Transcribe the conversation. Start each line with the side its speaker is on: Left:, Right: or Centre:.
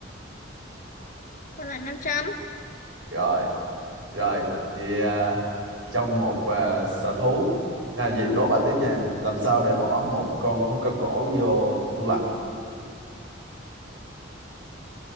Left: còn lại năm trăm
Right: rồi Rồi, vậy à, trong một à, sở thú à vậy đố bà tiếp nha. Làm sao để bỏ một con hươu cao cổ vô tủ lạnh?